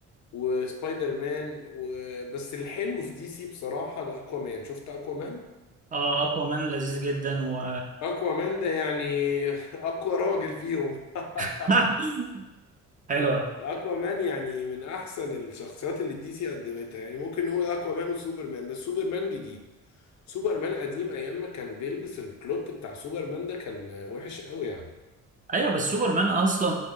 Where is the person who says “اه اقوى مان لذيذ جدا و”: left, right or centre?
Right